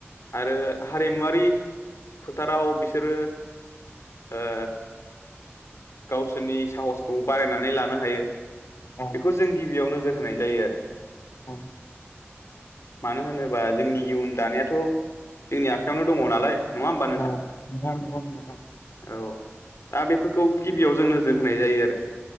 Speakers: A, on the left (about 80°); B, on the left (about 65°).
A: आरो हारिमुवा रि फोथाराव बिसोरो ओ गावसोरनि साहसखौ बारायनानै लानो हायो ।
B: औ
A: बेखौ जों गिबियाव नोजोर होनाय जायो आरो
B: औ
A: मानो होनोबा जोंनि इयन दानायाथ' जोंनि आखायावनो दङ नालाय नङा होमबा
B: औ नोंथां नोंगौ नोंथां
A: औ दा बेफोरखौ गिबियाव जों नोजोर होनाय जायो आरो